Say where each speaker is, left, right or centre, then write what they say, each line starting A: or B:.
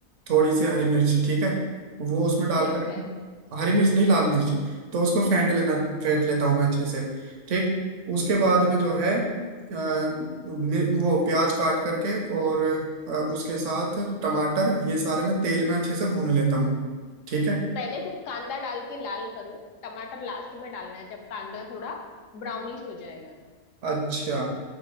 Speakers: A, on the right (about 70°); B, on the left (about 75°).
A: थोड़ी सी हरी मिर्च ठीक है वो उसमें डाल
B: ठीक
A: करके
B: है
A: हरी मिर्च नहीं लाल मिर्च तो उसको फेंट लेना फेंट लेता हूँ मैं अच्छे से ठीक उसके बाद में जो है अ, मि- वो प्याज काट करके और अ, उसके साथ टमाटर ये सारे मैं तेल में अच्छे से भून लेता हूँ ठीक है
B: पहले से कांदा डाल के लाल करो टमाटर लास्ट में डालना है जब कांदा थोड़ा ब्राउनिश हो जाएगा
A: अच्छा